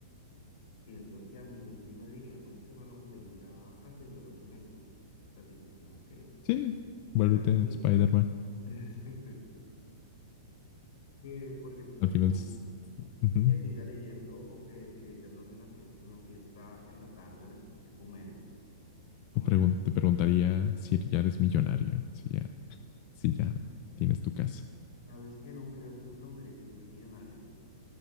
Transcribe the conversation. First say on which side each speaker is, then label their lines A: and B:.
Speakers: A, on the left; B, on the left.
A: siento que a mí sí me dirían como que me mantenga haciendo lo que me gusta. O sea, tipo, como que,
B: Sí, vuélvete
A: que haga así.
B: Spider-Man.
A: <laughs> Que porque,
B: Al
A: tipo,
B: final, s- ujú.
A: que siga leyendo o que siga echándome una fiesta, una siesta en la tarde después de comer. Como
B: o pregun-
A: que,
B: te preguntaría si ya eres millonario, si ya, si ya tienes tu casa.
A: ¿sabes que No creo, si me preguntaría si fuese millonario,